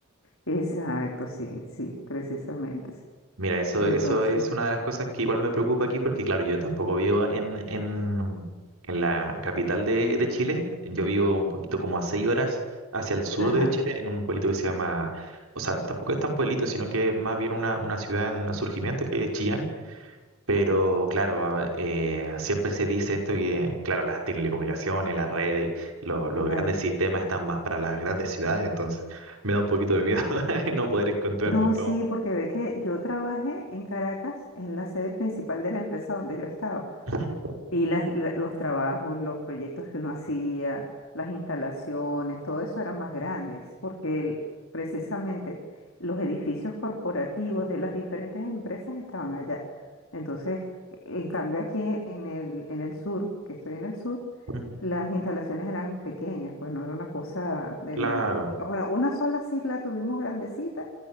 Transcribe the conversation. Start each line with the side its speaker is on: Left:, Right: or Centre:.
Left: exacto, sí, sí, precisamente, sí.
Right: Mira, eso,
Left: Entonces,
Right: eso es una de las cosas que igual me preocupa aquí porque, claro, yo tampoco vivo en, en, en la capital de,
Left: eh,
Right: de Chile, yo vivo un poquito como a seis horas hacia el sur
Left: ajá,
Right: de Chile, en un pueblito que se llama, o sea, tampoco es tan pueblito, sino que es más bien una, una ciudad en surgimiento que es Chillán. Pero claro, ah, eh, siempre se dice esto que, claro, las telecomunicaciones, las redes, lo- los
Left: claro.
Right: grandes sistemas están más para las grandes ciudades, entonces me da un poquito de miedo <laughs> no poder encontrar
Left: No,
Right: después.
Left: sí, porque ve que yo trabajé en Caracas, en la sede principal de la empresa donde yo estaba.
Right: Ujú,
Left: Y las- la- los trabajos, los proyectos que uno hacía, las instalaciones, todo eso eran más grandes, porque el- precisamente los edificios corporativos de las diferentes empresas estaban allá. Entonces, en cambio aquí en el, en el sur, que estoy en el sur,
Right: ujú,
Left: las instalaciones eran pequeñas, pues no era una cosa de...
Right: Claro,
Left: man- Bueno, una sola sí la tuvimos grandecita,